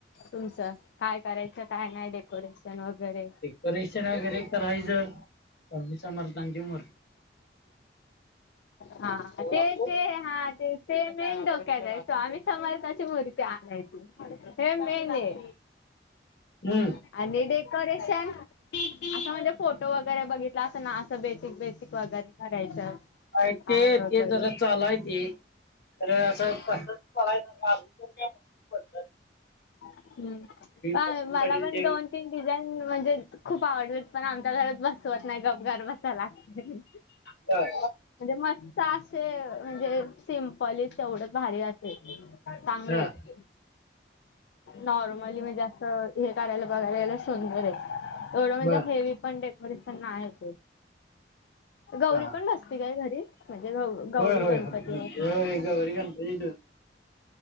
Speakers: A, on the left; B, on the left.
A: तुमचं? काय करायचं काय, नाही डेकोरेशन वगैरे.
B: परीक्षण वगैरे करायचं. स्वामी समर्थांची मु
A: हा
B: झालं
A: ते ते, हा ते. ते मेन धोक्यात आहे, स्वामी समर्थाची मूर्ती आणायची हे मेन आहे.
B: हम.
A: आणि डेकोरेशन असं म्हणजे, फोटो वगैरे बघितलं असेल ना असं बेसिक बेस. स्वागत वगैरे करायचं.
B: अ
A: काय
B: ते
A: वगैरे
B: ते जरा चालूय ते. तर असं पसंत पडायचं कारण <unintelligible>
A: हम्म. काय
B: पसंत
A: मला
B: पडेल
A: पण
B: त्यावेळी
A: दोन फिंग डिझाईन म्हणजे खूप आवडतात पण आमच्या घरात बसत स्वतः नाही, गप गार बसावं लागतंय.
B: बर
A: म्हणजे मस्त असे म्हणजे, सिम्पली तेवढच भारी असेल. चांगले
B: हा
A: आहेत. नॉर्मली म्हणजे असं हे करायला बघायला गेला सुंदर आहे. एवढं म्हणजे
B: बर
A: हेवी पण, डेकोरेशन नाय आहे ते. गौरी
B: हा
A: पण बसती काय घरी म्हणजे, ग गौरी
B: होय होय
A: गणपती
B: होय होय.
A: वगैरे.
B: होय गौरी गणपती दूध